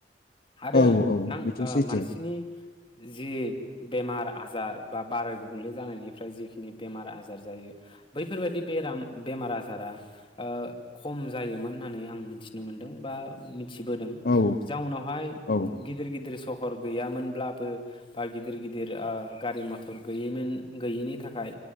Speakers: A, on the left; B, on the left.
A: आरो
B: औ औ
A: नां
B: बेथ'
A: ओ
B: सैथो
A: मानसिनि जि बेमार आजार बा बाराय गुबुंले जानायनिफ्राय जिखिनि बेमार आजार जायो बैफोरबायदि बेराम बेमार आजार जारा ओ खम जायोमोन होन्नानै आं मिथिनो मोनदों बा मिथिबोदों
B: औ
A: जाउनावहाय
B: औ
A: गिदिर गिदिर सहर गैयामोनब्लाबो बा गिदिर गिदिर ओ गारि मथर गैयैमोन गैयैनि थाखाय